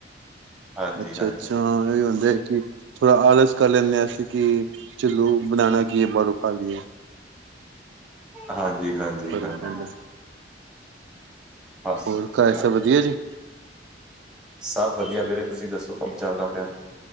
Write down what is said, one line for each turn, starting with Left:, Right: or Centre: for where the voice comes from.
Centre: ਹਾਂਜੀ
Right: ਅੱਛਾ
Centre: ਹਾਂਜੀ
Right: ਅੱਛਾ, ਹਾਂ ਇਹੀ ਹੁੰਦੈ ਕਿ ਥੋੜਾ ਆਲਸ ਕਰ ਲੈਂਦੇ ਆਂ ਅਸੀਂ ਕਿ ਚੁਲੋ ਬਣਾਨਾ ਕੀ ਏ ਬਾਰੋਂ ਖਾ ਲੀਏ।
Centre: ਹਾਂਜੀ-ਹਾਂਜੀ,
Right: ਫ਼ਰਕ
Centre: ਹਾਂਜੀ।
Right: ਪੈਂਦਾ
Centre: ਬਸ
Right: ਹੋਰ,
Centre: ਉਹੀ
Right: ਘਰ ਸਭ ਵਧੀਆ ਜੀ?
Centre: ਸਭ ਵਧੀਆ ਵੀੇਰੇ ਤੁਸੀਂ ਦੱਸੋ ਕੀ ਚੱਲਦਾ ਪਿਆ।